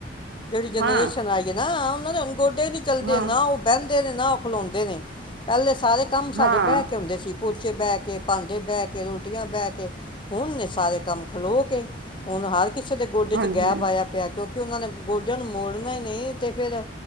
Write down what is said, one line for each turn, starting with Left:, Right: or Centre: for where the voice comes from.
Left: ਜਿਹੜੀ ਜਨਰੇਸ਼ਨ
Right: ਹਾਂ
Left: ਆਗੀ ਨਾ <unintelligible> ਗੋਡੇ ਨ ਚੱਲਦੇ
Right: ਹਾਂ
Left: ਨਾ ਉਹ ਬਹਿੰ ਨੇ ਨਾ ਉਹ ਖਲਉਂਦੇ ਨੇ ਪਹਿਲੇ ਸਾਰੇ ਕੰਮ ਸਾਡੇ
Right: ਹਾਂ
Left: ਬਹਿ ਕੇ ਆਉਂਦੇ ਸੀ ਪੋਚੇ ਬਹਿ ਕੇ ਭਾਂਡੇ ਬਹਿ ਕੇ ਰੋਟੀਆਂ ਬਹਿ ਕੇ ਹੁਣ ਨੇ ਸਾਰੇ ਕੰਮ ਖਲੋ ਕੇ ਹੁਣ ਹਰ ਕਿਸੇ ਦੇ ਗੋਡੇ ਚ
Right: ਹਾਂਜੀ
Left: ਗੈਬ ਆਇਆ ਕਿ ਉਹਨਾਂ ਨੇ ਗੋਡਿਆਂ ਨੂੰ ਮੋੜਨਾ ਹੀ ਨਹੀਂ ਅਤੇ ਫਿਰ